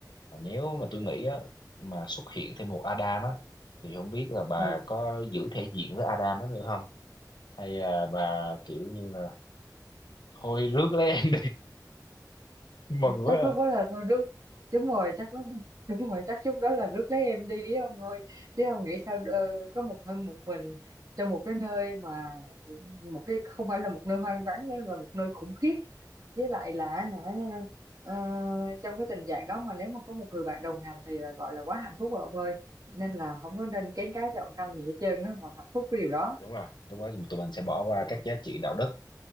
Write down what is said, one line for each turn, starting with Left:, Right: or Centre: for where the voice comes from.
Left: mà nếu mà tôi nghĩ á mà xuất hiện thêm một Adam á thì không biết là bà
Right: Ừ.
Left: có giữ thể diện với Adam đó nữa không hay là bà kiểu như là thôi rước lấy em đi <laughs> mừng
Right: chắc
Left: quá à.
Right: lúc đó là thôi rước đúng rồi chắc lúc đúng rồi chắc lúc đó là rước lấy em đi ấy ông ơi chứ ông nghĩ sao ờ, có một thân một mình trong một cái nơi mà một cái không phải là một nơi hoang vắng nữa là một nơi khủng khiếp với lại là hả ờ, trong cái tình trạng đó mà nếu mà có một người bạn đồng hành thì là gọi là quá hạnh phúc rồi ông ơi nên là không có nên kén cá chọn canh gì hết trơn á mà hạnh phúc với điều đó
Left: đúng rồi lúc đó tụi mình sẽ bỏ qua
Right: ừ.
Left: các giá trị đạo đức